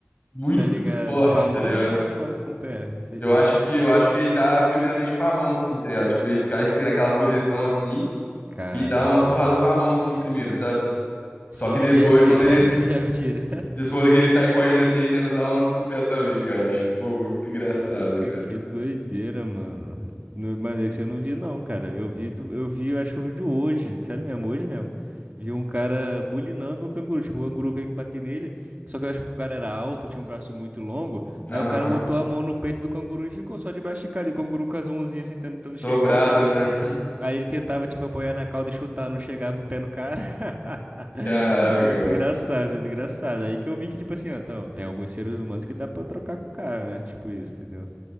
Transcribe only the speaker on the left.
muito
forte,
tá
ligado?
Eu
acho que eu acho que ele dá primeiramente com a mão assim, tá ligado? Tipo, ele fica naquela posição assim
e dá umas porradas com a mão assim primeiro, sabe?
Só que
depois
quando ele
depois que ele sai correndo assim, ele tenta dar umas com o pé também, cara. Eu Acho, pô, muito engraçado,
cara.
Aham.
Dobrada,
né?
Caraca,
mano.